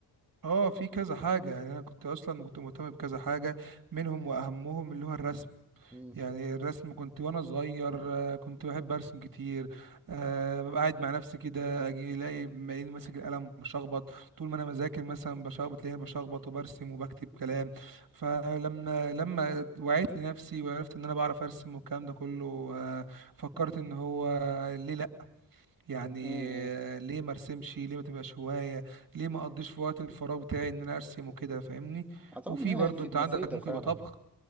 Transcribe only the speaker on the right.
اه في كذا حاجة يعني انا كنت اصلا كنت مهتم بكذا حاجة منهم واهمهم اللي هو الرسم
يعني الرسم كنت وانا صغير آه، كنت بحب ارسم كتير أه ببقى قاعد مع نفسي كده اجي الاقي مالين ماسك القلم بشخبط طول ما انا بذاكر مثلا بشخبط تلاقيني بشخبط وبرسم وبكتب كلام فلما لما وعيت لنفسي وعرفت ان انا بعرف ارسم والكلام ده كله آه، فكرت ان هو ليه لا يعني
ليه ما ارسمش ليه ما تبقاش هواية ليه ما اقضيش في وقت الفراغ بتاعي ان انا ارسم وكده فاهمني
وفي
برضو
انت
عندك ممكن
يبقى طبخ